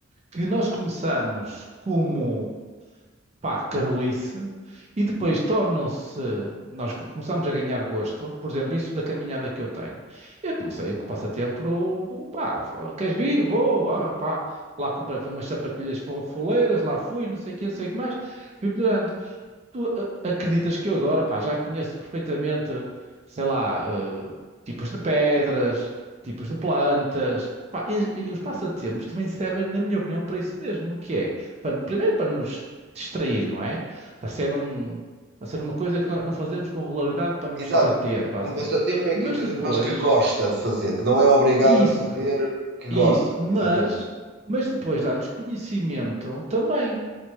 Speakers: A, on the right; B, on the right.
A: que nós começamos como pá, carolice, e depois tornam-se, nós co- começamos a ganhar gosto, por exemplo, isso da caminhada que eu tenho. Eu comecei com o passatempo, pá, fo- queres vir? Vou, ah, pá. Lá comprei foi umas sapatilhas fo- foleiras, lá fui, não sei o que, não sei o que mais, fui melhorando tu a- acreditas que eu agora, pá, já conheço perfeitamente, sei lá, eh, tipos de pedras, tipos de plantas, pá, e, e os passatempos também servem, na minha opinião, para isso mesmo, que é, para- primeiro para nos distrair, não é? Para ser um, para ser uma coisa que nós não fazemos com regularidade para nos
B: Exato.
A: entreter, basicamente.
B: Um passatempo é aquilo
A: Mas
B: que
A: depois,
B: a gente faz que gosta de fazer, que não é obrigado
A: isso,
B: a fazer, que gosta.
A: isso, mas,
B: Exatamente.
A: mas depois dá-nos conhecimento também